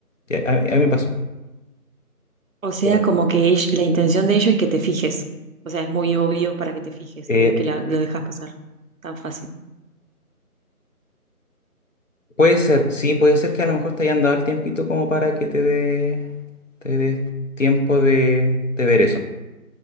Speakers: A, on the left; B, on the right.
A: Y a, a- a mí me pasó.
B: O sea,
A: Pero Bueno,
B: como que ell- la intención de ellos es que te fijes. O sea, es muy obvio para que te fijes.
A: eh,
B: No es que la- lo dejas pasar tan fácil.
A: puede ser, sí, puede ser que a lo mejor te hayan dado el tiempito como para que te dé te dé tiempo de, de ver eso.